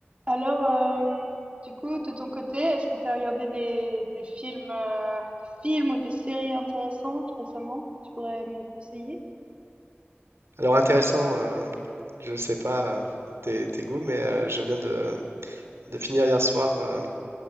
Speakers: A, on the right; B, on the right.
A: Alors, euh, du coup, de ton côté, est-ce que tu as regardé des, des films, euh, des films ou des séries intéressantes récemment? Tu pourrais me conseiller?
B: Alors intéressant, euh, je ne sais pas euh, tes, tes goûts, mais euh, je viens de, de finir hier soir euh,